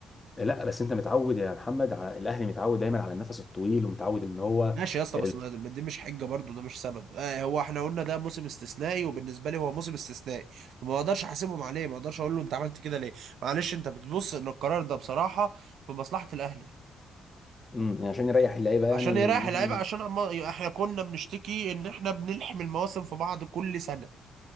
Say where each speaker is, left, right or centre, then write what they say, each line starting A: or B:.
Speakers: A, on the left; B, on the right.
A: لا بس انت متعود يا محمد على الاهلي متعود دايما على النفس الطويل ومتعود ان هو
B: ماشي يا اسطى
A: ال...
B: بس ما- ما دي مش حجه برضو ده مش سبب آه هو احنا قلنا ده موسم استثنائي وبالنسبه لي هو موسم استثنائي ما اقدرش احاسبهم عليه ما اقدرش اقول له انت عملت كده ليه معلش انت بتبص ان القرار ده بصراحه في مصلحه الاهلي
A: مم، عشان يريح اللعيبه يعني
B: عشان يريح
A: للموسم
B: اللعيبه
A: اللي
B: عشان
A: جاي.
B: عم... احنا كنا بنشتكي ان احنا بنلحم المواسم في بعض كل سنه